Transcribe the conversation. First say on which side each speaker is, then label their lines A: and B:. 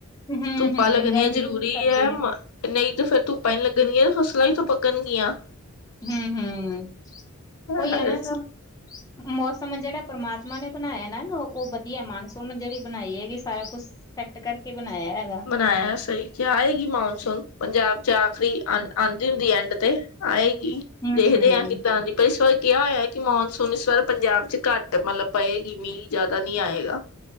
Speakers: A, on the left; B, on the left.
A: ਹੂੰ-ਹੂੰ
B: ਧੁੱਪਾਂ ਲੱਗਣੀਆਂ
A: ਗਰਮੀ
B: ਜ਼ਰੂਰੀ
A: ਸਰਦੀ
B: ਐ, ਮ ਨਹੀਂ ਤੇ ਫੇਰ ਧੁੱਪਾਂ ਨੀ ਲੱਗਣਗੀਆਂ, ਫਸਲਾਂ ਕਿੱਥੋਂ ਪੱਕਣਗੀਆਂ।
A: ਹੂੰ, ਹੂੰ,
B: ਹਰ
A: ਓਈ ਨਾ ਹੈਗਾ। ਮੌਸਮ ਜਿਹੜਾ ਪਰਮਾਤਮਾ ਨੇ ਬਣਾਇਆ ਨਾ ਉਹ ਵਧੀਆ, ਮਾਨਸੂਨ ਜਿਹੜੀ ਬਣਾਈ ਹੈਗੀ ਸਾਰਾ ਕੁਛ ਸੈੱਟ ਕਰਕੇ ਬਣਾਇਆ ਐ।
B: ਬਣਾਇਆ ਸਹੀ ਕਿਆ, ਆਏਗੀ ਮੌਨਸੂਨ ਪੰਜਾਬ'ਚ ਆਖਰੀ ਅੰਨ, ਅੰਨ ਹੁੰਦੀ ਐਂਡ ਤੇ, ਆਏਗੀ।
A: ਹੂੰ-ਹੂੰ-ਹੂੰ-ਹੂੰ
B: ਦੇਖਦੇ ਆਂ, ਕਿੱਦਾਂ ਆਂਦੀ ਪਰ ਸਵਾਈ ਕਿਆ ਹੋਇਆ, ਕਿ ਮੌਨਸੂਨ ਇਸ ਵਾਰ ਪੰਜਾਬ'ਚ ਘੱਟ ਮਤਲਬ ਪਏਗੀ ਮੀਂਹ, ਜ਼ਿਆਦਾ ਨਹੀਂ ਆਇਗਾ।